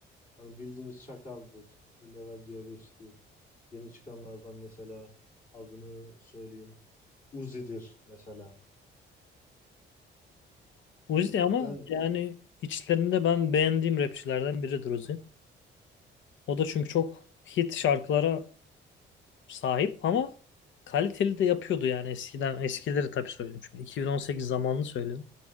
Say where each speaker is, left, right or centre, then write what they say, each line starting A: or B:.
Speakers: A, on the left (about 45°); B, on the left (about 70°).
A: Hani bildiğimiz Çakal'dır, Level C5'tir. Yeni çıkanlardan mesela adını söyleyeyim. Uzi'dir mesela.
B: Uzi ama
A: Yani
B: yani içlerinde ben beğendiğim rapçilerden biridir Uzi. O da çünkü çok hit şarkılara sahip ama kaliteli de yapıyordu yani eskiden eskileri tabii söyledim şimdi 2018 zamanını söyledim.